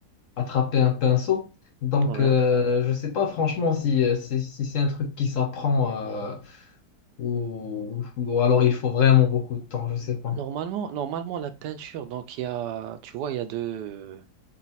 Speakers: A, on the left; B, on the right.
A: attraper un pinceau. Donc,
B: ouais.
A: euh, je sais pas franchement si, euh, si, si c'est un truc qui s'apprend euh, ou, ou alors il faut vraiment beaucoup de temps, je sais pas.
B: Normalement, normalement, la peinture, donc, il y a, tu vois, il y a deux.